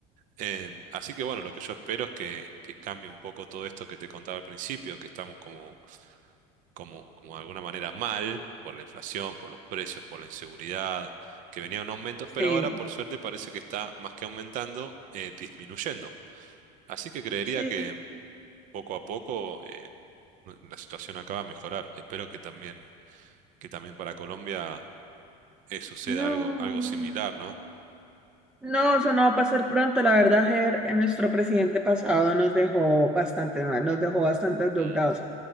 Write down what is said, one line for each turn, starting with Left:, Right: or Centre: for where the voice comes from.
Right: Eh, así que bueno, lo que yo espero es que, que cambie un poco todo esto que te contaba al principio, que estamos como como, como de alguna manera mal por la inflación, por los precios, por la inseguridad, que venía un aumento, pero
Centre: Sí,
Right: ahora por suerte parece que está más que aumentando, eh, disminuyendo. Así que creería
Centre: sí.
Right: que poco a poco eh, la situación acaba de mejorar. Espero que también, que también para Colombia eh, suceda
Centre: No.
Right: algo, algo similar, ¿no?
Centre: No, eso no va a pasar pronto. La verdad, Ger, eh, nuestro presidente pasado nos dejó bastante mal, nos dejó bastante endeudados.
Right: Mm,